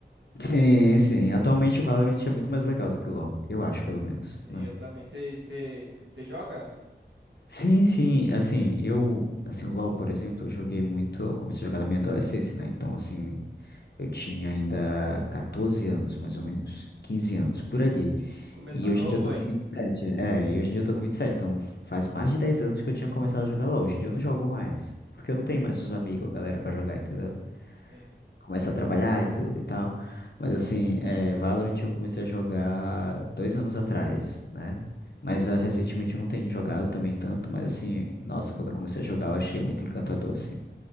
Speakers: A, on the left (about 60°); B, on the right (about 85°).
A: Sim, sim. Atualmente o Valorant é muito mais legal do que o LoL, eu acho, pelo menos,
B: Sim,
A: né?
B: eu também. Você você joga?
A: Sim, sim, assim, eu, assim, o LoL, por exemplo, eu joguei muito, eu comecei a jogar na minha adolescência, né? Então, assim, eu tinha ainda 14 anos, mais ou menos, 15 anos, por ali.
B: Começou
A: E hoje
B: novo,
A: em dia eu tô
B: aí.
A: com 27 é, e hoje em dia eu tô com vinte e sete então faz mais de 10 anos que eu tinha começado a jogar LoL. Hoje em dia eu não jogo mais, porque eu não tenho mais os amigos, a galera pra jogar, entendeu?
B: Sim.
A: começa a trabalhar e tudo e tal. Mas assim, é, Valorant eu comecei a jogar dois anos atrás, né? Mas ah, recentemente eu não tenho jogado também tanto, mas assim, nossa, quando eu comecei a jogar eu achei muito encantador, assim.